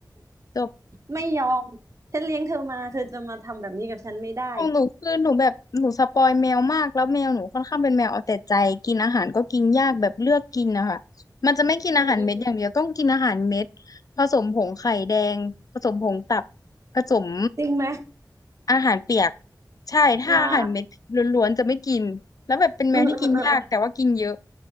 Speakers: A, on the left (about 55°); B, on the right (about 45°).
A: จบ
B: ไม่ยอมฉันเลี้ยงเธอมาเธอจะมาทำแบบนี้กับฉันไม่ได้
A: ของหนูคือหนูแบบหนูสปอยแมวมากแล้วแมวหนูค่อนข้างเป็นแมวเอาแต่ใจกินอาหารก็กินยากแบบเลือกกินนะคะมันจะไม่กินอาหารเม็ดอย่างเดียวต้องกินอาหารเม็ด
B: อืมอืมอืม
A: ผสมผงไข่แดงผสมผงตับผสม
B: จริงไหม
A: อาหารเปียกใช่ถ้าอาหารเม็ดล้วนๆจะไม่กินแล้วแบบเป็นแมวที่กินยากแต่ว่ากินเยอะ
B: ว้าอืมอืมอืม